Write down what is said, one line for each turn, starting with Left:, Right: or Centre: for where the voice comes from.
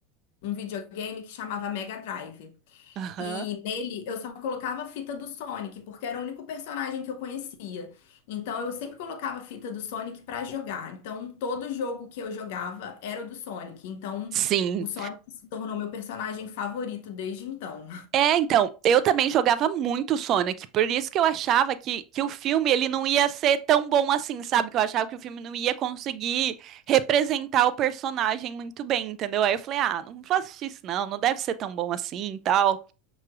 Left: um videogame que chamava Mega Drive.
Right: Aham.
Left: E nele eu só colocava a fita do Sonic, porque era o único personagem que eu conhecia. Então eu sempre colocava a fita do Sonic pra jogar. Então todo jogo que eu jogava era o do Sonic. Então
Right: Sim.
Left: o Sonic se tornou meu personagem favorito desde então.
Right: É, então, eu também jogava muito Sonic, por isso que eu achava que, que o filme ele não ia ser tão bom assim, sabe? Que eu achava que o filme não ia conseguir representar o personagem muito bem, entendeu? Aí eu falei, ah, não vou assistir isso não, não deve ser tão bom assim e tal.